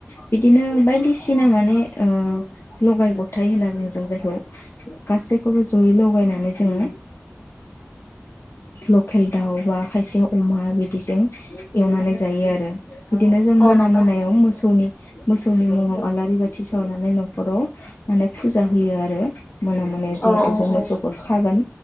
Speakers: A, on the left (about 55°); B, on the left (about 35°).
A: बिदिनो बायदिसिना माने ओ लगाय गथाय होनना बुंङो जों जायखौ गासैखौबो जयै लगायनानै जोङो लकेल दाउ बा खायसे अमा बिदिजों एवनानै जायो आरो बिदिनो जों
B: औ
A: मोना
B: नोंथां
A: मोनायाव मोसौनि मोसौनि मुङाव आलारि बाथि सावनानै न'खराव माने फुजा होयो आरो मोना मोनायाव जिहेथु
B: औ औ
A: जों मोसौफोर
B: औ
A: खागोन